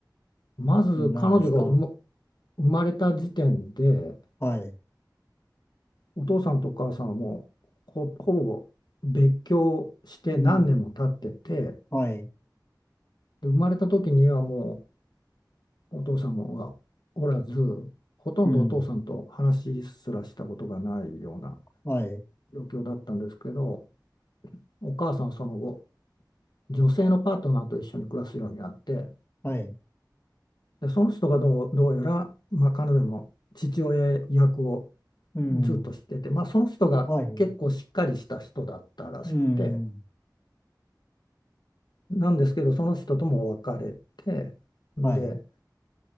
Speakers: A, on the left (about 75°); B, on the left (about 35°).
A: まず彼女が生ま、
B: なんですか
A: 生まれた時点で
B: はい。
A: お父さんとお母さんはもうほ、ほぼ別居して何年も経ってて、
B: うん。はい。
A: で生まれた時にはもうお父さんはおらず、ほとんどお父さんと話すらしたことがないような
B: うん。はい。
A: 状況だったんですけど、お母さんはその後、女性のパートナーと一緒に暮らすようになって、
B: はい。
A: で、その人がどう、どうやら、まあ、彼女の父親役を
B: うん。
A: ずっとしてて、まあ、その人が結構しっかりした人だったらしくて。
B: はい。うん。
A: なんですけど、その人とも別れて、
B: はい。
A: んで、